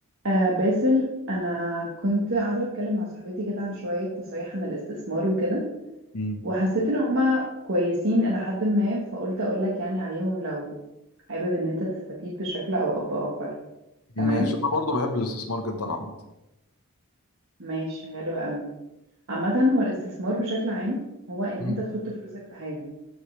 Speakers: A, on the right; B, on the left.
A: آه باسل انا كنت قاعده اتكلم مع صاحبتي كده عن شويه نصايح عن الاستثمار وكده
B: مم.
A: وحسيت ان هما كويسين الى حد ما فقلت اقول لك يعني عليهم لو حابب ان انت تستفيد بشكل او باخر
B: ماشي
A: تمام
B: انا برضو بحب الاستثمار جدا عامه
A: ماشي حلو قوي عامه هو الاستثمار بشكل عام هو ان
B: مم.
A: انت تحط فلوسك في حاجه